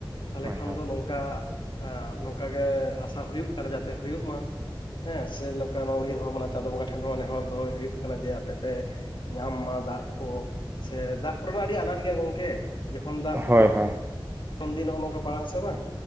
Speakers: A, on the left; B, on the right.
A: ᱛᱟᱞᱦᱮ
B: ᱦᱳᱭ
A: ᱠᱷᱟᱱ
B: ᱦᱳᱭ
A: ᱫᱚ ᱱᱚᱝ ᱠᱟ ᱱᱚᱝᱠᱟ ᱜᱮ ᱟᱥᱟ ᱦᱩᱭᱩᱜ ᱠᱟᱱᱟ ᱡᱟᱛᱮ ᱦᱩᱭᱩᱜ ᱢᱟ ᱦᱮᱸ ᱥᱮ ᱱᱚᱝᱠᱟ ᱱᱚᱣᱟ ᱩᱭᱦᱟᱹᱨ ᱵᱷᱟᱵᱽᱱᱟ ᱪᱟᱸᱫᱳ ᱵᱚᱸᱜᱟ ᱴᱷᱮᱱ ᱦᱚᱸ ᱱᱮᱦᱚᱨ ᱫᱚᱦᱚᱭ ᱦᱩᱭᱩᱜ ᱠᱟᱱᱟ ᱡᱮ ᱟᱯᱮ ᱯᱮ ᱧᱟᱢ ᱢᱟ ᱫᱟᱜ ᱠᱚ ᱥᱮ ᱫᱟᱜ ᱠᱚᱨᱮᱱᱟᱜ ᱟᱹᱰᱤ ᱟᱱᱟᱴ ᱜᱮᱭᱟ ᱜᱚᱝᱠᱮ ᱡᱚᱠᱷᱚᱱ ᱫᱟᱜ ᱫᱷᱚᱨᱚ
B: ᱦᱳᱭ ᱦᱳᱭ
A: ᱛᱚᱠᱷᱚᱱ ᱫᱤᱱ ᱱᱚᱜᱼ ᱱᱚᱝᱠᱟ ᱯᱟᱲᱟᱜ ᱟᱥᱮ ᱵᱟᱝ